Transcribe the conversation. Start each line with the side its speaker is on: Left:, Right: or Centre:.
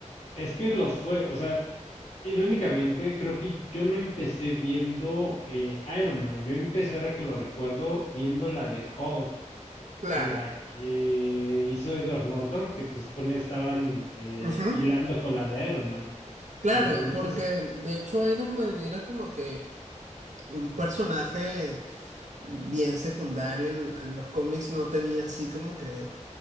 Left: Es que lo fue, o sea, irónicamente creo que yo no empecé viendo eh, Iron Man, yo empecé ahora que lo recuerdo viendo la de Hulk,
Right: Claro.
Left: la que hizo Edward Norton, que se supone estaban eh,
Right: Ujú.
Left: hilando con la de Iron Man.
Right: Claro,
Left: Entonces,
Right: porque de hecho Iron Man era como que un personaje bien secundario en, en los cómics, no tenía así como que